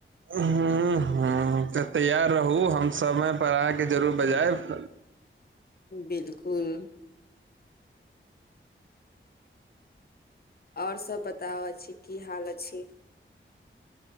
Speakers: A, on the right; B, on the left.
A: हूँ हूँ त तैयार रहूँ हम समय पर अहाँके जरूर बजायब
B: बिलकुल ओर सब बताब अछि की हाल अछि